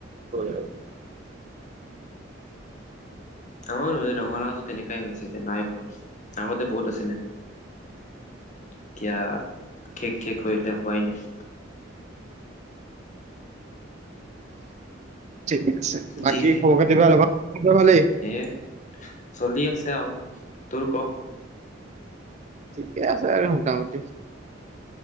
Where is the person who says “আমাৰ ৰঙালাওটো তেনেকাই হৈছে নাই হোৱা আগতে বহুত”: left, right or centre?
Left